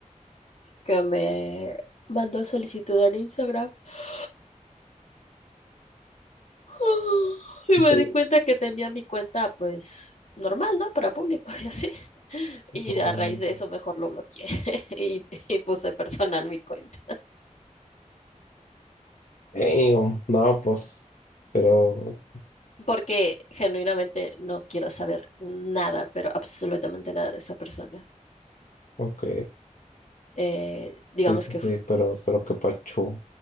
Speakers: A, on the left; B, on the left.
A: que me mandó solicitud en Instagram. <gasps> <sighs> Y
B: Y
A: me
B: sale-
A: di cuenta que tenía mi cuenta, pues, normal, ¿no? Para público y así. <laughs> Y
B: um,
A: a raíz de eso mejor lo bloqueé <laughs> y, y puse personal mi cuenta.
B: eh, um, no, pues, pero,
A: Porque genuinamente no quiero saber nada, pero absolutamente nada de esa persona.
B: ok,
A: eh, digamos
B: sí, sí,
A: que
B: sí,
A: fu-
B: pero,
A: s-
B: pero qué pacho, ok,